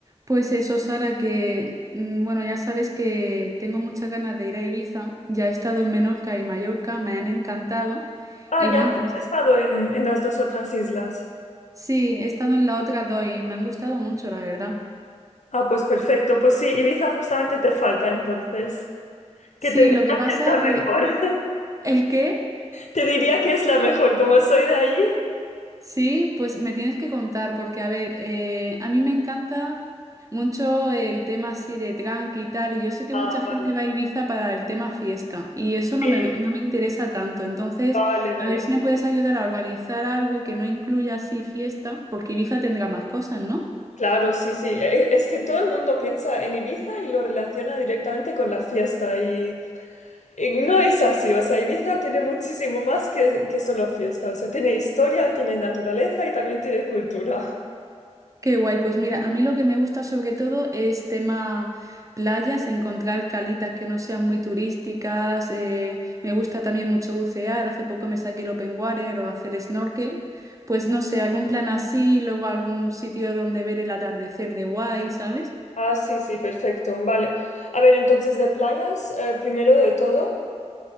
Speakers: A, on the right; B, on the left.
A: Pues eso, Sara, que mm, bueno, ya sabes que tengo muchas ganas de ir a Ibiza. Ya he estado en Menorca y Mallorca, me han encantado.
B: Ah,
A: Y bueno,
B: ya has
A: Sí. pues
B: estado en, en las dos otras islas.
A: sí, he estado en la otra dos y me han gustado mucho, la verdad.
B: Ah, pues perfecto. Pues sí, Ibiza justamente te falta entonces.
A: Sí,
B: Que te diría
A: lo que pasa
B: que está mejor.
A: que...
B: <laughs>
A: ¿El qué?
B: Te diría que es la mejor, como soy de allí.
A: Sí, pues me tienes que contar, porque a ver, eh, a mí me encanta mucho el tema así de tranqui y tal, y yo sé que
B: Ah,
A: mucha gente
B: vale.
A: va a Ibiza para el tema fiesta, y eso no
B: Sí,
A: me, no me interesa tanto. Entonces,
B: vale, vale.
A: a ver si me puedes ayudar a organizar algo que no incluya así fiesta, porque Ibiza tendrá más cosas, ¿no?
B: Claro, sí, sí. E- e, Es que todo el mundo piensa en Ibiza y lo relaciona directamente con la fiesta y, y no es así. O sea, Ibiza tiene muchísimo más que, que solo fiesta. O sea, tiene historia, tiene naturaleza y también tiene cultura.
A: Qué guay, pues mira, a mí lo que me gusta sobre todo es tema playas, encontrar calitas que no sean muy turísticas, eh, me gusta también mucho bucear, hace poco me saqué el open water o hacer snorkel, pues no sé, algún plan así, luego algún sitio donde ver el atardecer de guay, ¿sabes?
B: Ah, sí, sí, perfecto. Vale. A ver, entonces de playas, eh, primero de todo.